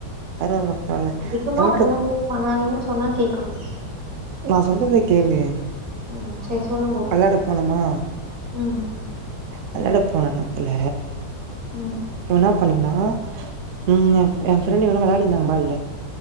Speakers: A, on the right; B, on the right.
A: பரவால்ல பரவால்ல
B: அதிகமா
A: வெளாட
B: ஃபோன் யூஸ் பண்ணாதீங்கன் சொன்னா கேக்கணு
A: நா சொல்றத கேளு
B: ம் சரி சொல்லுங்கோ
A: வெளாட போனுமா
B: ம்
A: வெளாட போன இடத்துல
B: ம்
A: இவன் பண்ணிந்தா ம் என் ஃப்ரெண்ட்டு இவனு விளையாடி இருந்தாங்க பால்லு